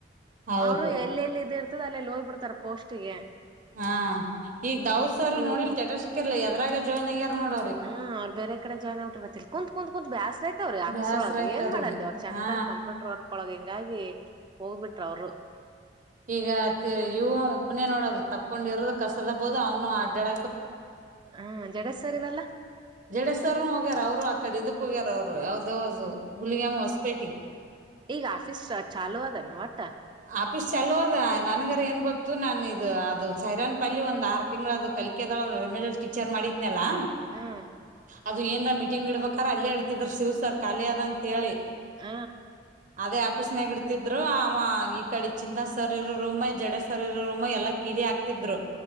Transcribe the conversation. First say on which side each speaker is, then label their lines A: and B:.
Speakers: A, on the right; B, on the right.
A: ಹೌದು
B: ಅವರು ಎಲ್ಲೆಲ್ಲ ಇದ ಹದಲ್ಲ ಹೋಗ್ಬಿಡ್ತಾರೆ ಅಲ್ಲೆಲೆ ಹೋಗಿ ಬಿಡತಾರ ಪೋಸ್ಟ್ ಗೆ
A: ಹಾ ಈಗ ದಾವಸಾರ ನೋಡಿಲ್
B: ಇದು
A: ಸ್ಟೇಟಸ್ ಇಟ್ಟಿದರಲ್ ಎದ್ರಾಗ ಜಾಯ್ನ್ ಆಗ್ಯಾರ ನೋಡ
B: ಹ್ಮ್ ಅವ್ ಬೇರೆ ಕಡೆ ಜಾಯನ್ ಆಗಿಟ್ಟಾರತ್ತ ಕುತ್ ಕುತ್ ಕುೂತ್ ಬ್ಯಾಸ್ರ ಐತೆ ಅವ್ರಿ ಆಫೀಸ್
A: ಬ್ಯಾಸ್ರ
B: ಒಳಗ
A: ಆಯ್ತ್
B: ಏನ್
A: ಅವ್ರಿಗಿ
B: ಮಾಡ್ದೆ ಅವರ ಚಂಚತನ
A: ಹಾ
B: ಕಂಪ್ಯೂಟರ್ ವರ್ಕ್ ಒಳಗ್ ಹಿಂಗಾಗಿ ಹೋಗ್ಬಿಟ್ರ ಅವರು
A: ಈಗ ಇವು ಒಬ್ನೇ ನೋಡೋದು ತಕೊಂಡ್ ಇರೋದು ಕಸದಬಹದು ಅವ್ನು ಅಡ್ಯಾಡ
B: ಹ್ಮ ಜಡೇಶ ಸರ್ ಗಲ್ಲ
A: ಜಡೇಜ್ ಸರ್ ಹೋಗ್ಯಾರ ಅವ್ರು ಆಕಡೆ ಇದಕ್ ಹೋಗ್ಯಾರ ಅವ್ರು ಯಾವ್ದ ಯಾವ್ದು ಹುಲಿಗೆಮ್ಮ ಹೊಸಪೇಟಿ
B: ಈಗ ಆಫೀಸ್ ಚಾಲೂ ಅದಾನ ಒಟ್ಟ
A: ಆಫೀಸ್ ಚಲೋದ ನನ್ಗರ ಏನ್ ಗೊತ್ತು ನಾನ ಇದು ಅದು ಸೈರಾನ್ ಪಲ್ಲಿ ಒಂದ್ ಆರು ತಿಂಗಳ ಅದು ಕಲಕದ ಎಮ್ ಎಲ್ ರ ಟೀಚರ್ ಮಾಡಿದ್ನಾ
B: ಹ್ಮ್
A: ಅದು ಏನರ ಮೀಟಿಂಗ್ ಇಡ್ಬೇಕಾರ ಅಲ್ಲಿ ಇಡ್ತಿದ್ರ ಶಿವ್ ಸರ್ ಖಾಲಿ ಅದ ಅಂತ ಹೇಳಿ
B: ಹ
A: ಅದೇ ಆಫೀಸ್ನಾಗ ಇಡ್ತಿದ್ರು ಅವ ಈ ಕಡೆ ಚಿಂತಸ್ ಸರ್ ಇರೋ ರೂಮ ಜಡೆ ಸರ್ ಇರೋ ರೂಮ ಎಲ್ಲ ಕೀಲಿ ಹಾಕ್ತಿದ್ರು